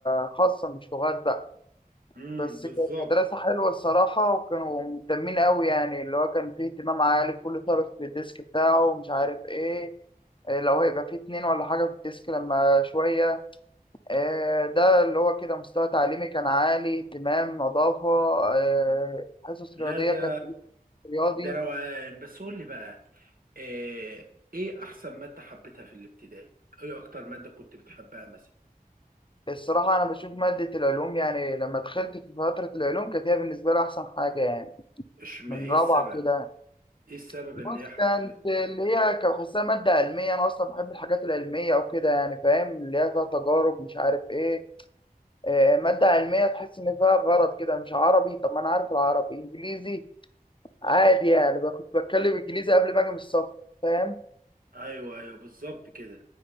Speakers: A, on the left (about 35°); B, on the right (about 65°).
A: خاصه مش لغات بقى
B: امم
A: بس
B: بالظبط
A: كانت مدرسة حلوة الصراحة وكانوا مهتمين أوي يعني اللي هو كان فيه اهتمام عالي كل طالب في الديسك بتاعه ومش عارف إيه إيه لو هيبقى فيه اتنين ولا حاجة في الديسك لما شوية إيه ده اللي هو كده مستوى تعليمي كان عالي اهتمام نظافة إيه حصص رياضية
B: لا ده
A: كانت دروس رياضي
B: ده روقان بس قول لي بقى إيه, ايه احسن مادة حبيتها في الابتدائي ايه اكتر مادة كنت بتحبها مثلا
A: الصراحة أنا بشوف مادة العلوم يعني لما دخلت في فترة العلوم كانت هي بالنسبة لي أحسن حاجة يعني
B: اشمعنى
A: من
B: ايه
A: رابعة
B: السبب
A: كده
B: ايه السبب
A: بص
B: ان هي حببت
A: كانت اللي هي كان بحسها مادة علمية أنا أصلا بحب الحاجات العلمية أو كده يعني فاهم اللي هي فيها تجارب مش عارف إيه آه، مادة علمية تحس إن فيها غرض كده مش عربي طب ما أنا عارف العربي إنجليزي عادي يعني بقى كنت بتكلم إنجليزي قبل ما أجي من السفر فاهم
B: ايوه ايوه بالظبط كده